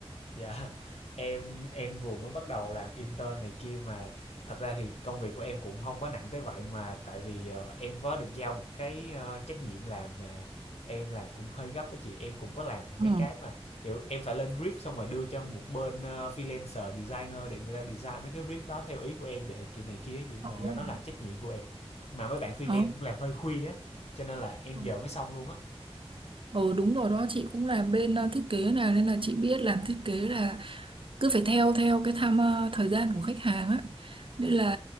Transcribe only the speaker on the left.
Dạ, em em vừa mới bắt đầu làm intern này kia mà thật ra thì công việc của em cũng không quá nặng tới vậy mà tại vì ờ, em có được giao một cái ờ, trách nhiệm làm mà em làm cũng hơi gấp với chị em cũng có làm
mấy cái mà kiểu em phải lên brief xong rồi đưa cho một bên ờ, freelancer designer để người ta design mấy cái brief đó theo ý của em để kiểu này kia vậy mà
do nó là trách nhiệm của em mà mấy bạn freelance
cũng làm hơi khuya á cho nên là em
giờ mới xong luôn á